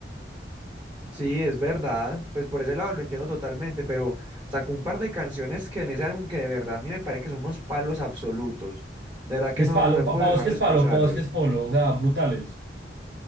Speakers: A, on the right (about 25°); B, on the right (about 70°).
A: Sí, es verdad, pues por ese lado lo entiendo totalmente, pero sacó un par de canciones que en ese álbum que de verdad a mí me parece que son unos palos absolutos. De verdad que
B: ¿Qué es
A: no,
B: palo?
A: no, no he
B: Pa,
A: podido
B: pa vos
A: dejar
B: qué
A: de
B: es
A: escucharlos.
B: palo, pa vos qué es polo, o sea, brutales.